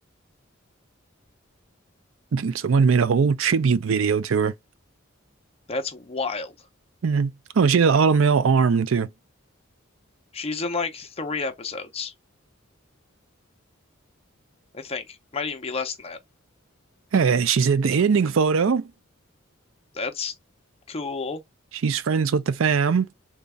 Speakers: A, on the right; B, on the left.
A: <laughs> Someone made a whole tribute video to her.
B: That's wild.
A: Mm. Oh, she has an auto male arm too.
B: She's in like three episodes, I think. Might even be less than that.
A: Hey, she's at the ending photo.
B: That's cool.
A: She's friends with the fam.